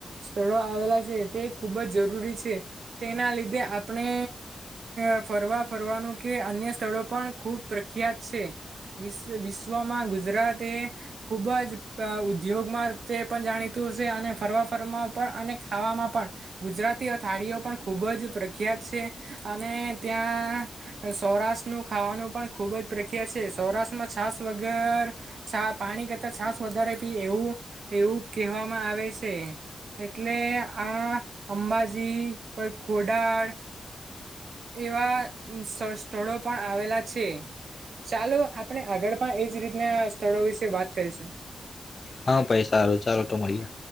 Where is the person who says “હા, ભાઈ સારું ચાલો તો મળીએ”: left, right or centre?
Left